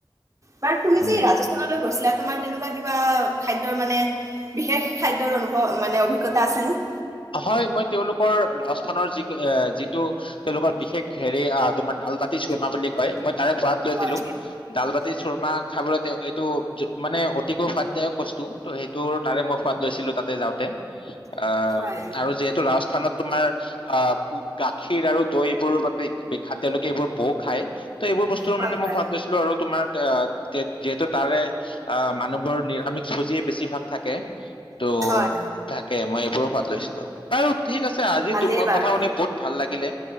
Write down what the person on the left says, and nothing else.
উম,
হয় মই তেওঁলোকৰ ৰাজস্থানৰ যি এ যিটো। তেওঁলোকৰ বিশেষ হেৰি তোমাৰ দাল বাতি চুৰমা বুলি কয় মই তাৰে সোৱাদ লৈছিলোঁ।
দাল বাতি চুৰমা খাবলৈ এইটো মানে অতিকৈ সোৱাদ দায়ক বস্তু ত সেই টোৰ তাৰে মই সোৱাদ লৈছিলোঁ তাতে যাওঁতে আহ।
আৰু যিহেতু ৰাজস্থানত তোমাৰ অ গাখীৰ আৰু দৈ এইবোৰৰ বাবে বিখ্যাত তেওঁলোকে এইবোৰ বহু খায়। ত এইবোৰ বস্তুৰ
মানে
মই সোৱাদ লৈছিলোঁ আৰু তোমাৰ আহ তেত যিহেতু তাৰে আহ মানুহ। এইবোৰ নিৰামিষ ভোজিয়ে বেছি ভাগ থাকে ত
থাকে মই এইবোৰো সোৱাদ লৈছিলোঁ। বাৰু ঠিক আছে আজি
তোমাৰ
কথা শুনি বহুত ভাল লাগিলে।